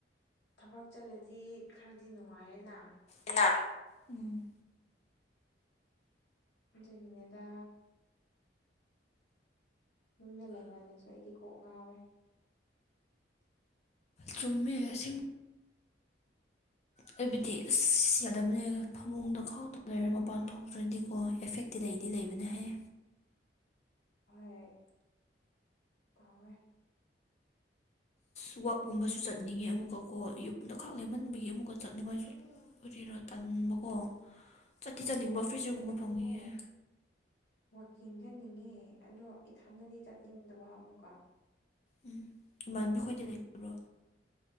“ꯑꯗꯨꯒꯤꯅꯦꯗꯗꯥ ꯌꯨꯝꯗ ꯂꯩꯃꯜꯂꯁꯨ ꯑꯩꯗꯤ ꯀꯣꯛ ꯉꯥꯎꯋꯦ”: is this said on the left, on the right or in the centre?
Left